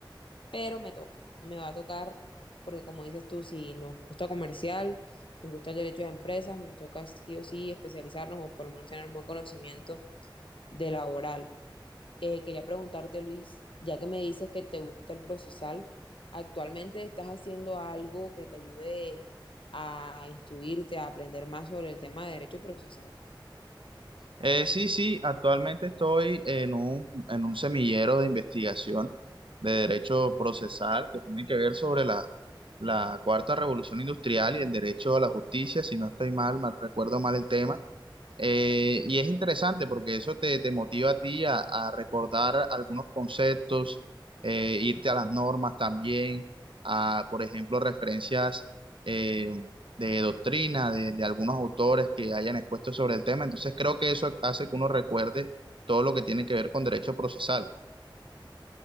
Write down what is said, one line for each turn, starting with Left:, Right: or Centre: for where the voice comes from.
Left: pero me toca. Me va a tocar porque como dices tú, si nos gusta comercial, nos gusta el derecho de empresas, nos toca sí o sí especializarnos o por lo menos tener un buen conocimiento de laboral. Eh, quería preguntarte, Luis, ya que me dices que te gusta el procesal, ¿actualmente estás haciendo algo que te ayude a instruirte, a aprender más sobre el tema de derecho procesal?
Right: Eh, sí, sí, actualmente estoy en un, en un semillero de investigación de derecho procesal que tiene que ver sobre la, la cuarta revolución industrial y el derecho a la justicia, si no estoy mal, mal recuerdo mal el tema. Eh, y es interesante porque eso te, te motiva a ti a, a recordar algunos conceptos, eh, irte a las normas también, a, por ejemplo, referencias eh, de doctrina de, de algunos autores que hayan expuesto sobre el tema. Entonces creo que eso hace que uno recuerde todo lo que tiene que ver con derecho procesal.